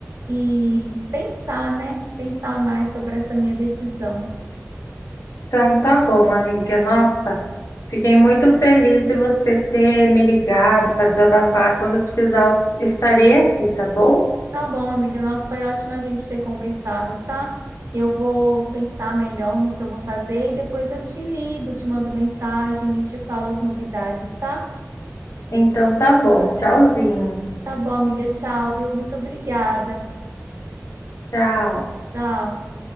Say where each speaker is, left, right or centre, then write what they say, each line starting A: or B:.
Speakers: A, on the right; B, on the left.
A: e pensar, né? Pensar mais sobre essa minha decisão.
B: Então tá bom, amiga. Nossa, fiquei muito feliz de você ter me ligado para desabafar. Quando precisar, eu estarei aqui, tá bom?
A: Tá bom, amiga. Nossa, foi ótimo a gente ter conversado, tá? Eu vou pensar melhor no que eu vou fazer e depois eu te ligo, te mando mensagem e te falo as novidades, tá?
B: Então tá bom. Tchauzinho.
A: Tá bom, amiga. Tchau, viu? Muito obrigada.
B: Tchau.
A: Tchau.